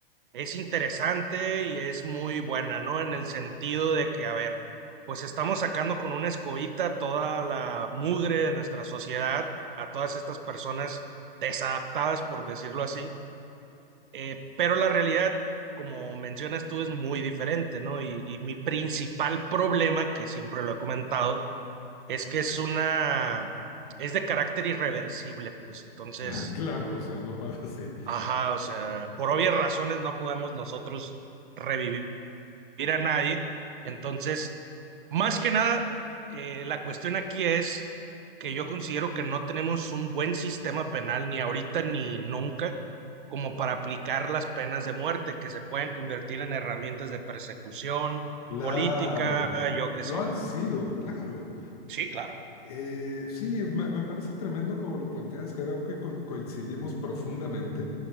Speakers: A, on the right; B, on the left.
A: es interesante y es muy buena, ¿no? En el sentido de que, a ver, pues estamos sacando con una escobita toda la mugre de nuestra sociedad, a todas estas personas desadaptadas, por decirlo así. Eh, pero la realidad, como mencionas tú, es muy diferente, ¿no? Y, y mi principal problema, que siempre lo he comentado, es que es una, es de carácter irreversible, pues entonces,
B: <laughs> Claro, o sea, no puede así.
A: ajá, o sea, por obvias razones no podemos nosotros revivir ir a nadie. Entonces, más que nada, eh, la cuestión aquí es que yo considero que no tenemos un buen sistema penal ni ahorita ni nunca como para aplicar las penas de muerte que se pueden convertir en herramientas de persecución
B: Claro,
A: política, yo qué
B: lo
A: sé.
B: han sido, claro.
A: Sí, claro,
B: Eh, sí, me, me parece tremendo como lo planteas, creo que co- coincidimos profundamente.